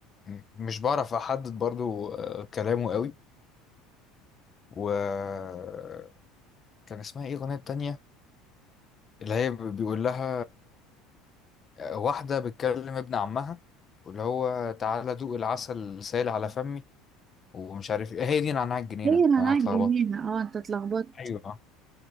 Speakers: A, on the left (about 30°); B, on the right (about 30°).
A: م- مش بعرف أحدد برضو آه، كلامه قوي وكان اسمها إيه الأغنية التانية اللي هي ب- بيقول لها آه، واحدة بتكلم ابن عمها واللي هو تعالى دوق العسل سائل على فمي ومش عارف إيه هي دي نعناع الجنينة
B: هي مناعة
A: أنا هتلخبط
B: جنين اه انت اتلخبطت
A: أيوة آه.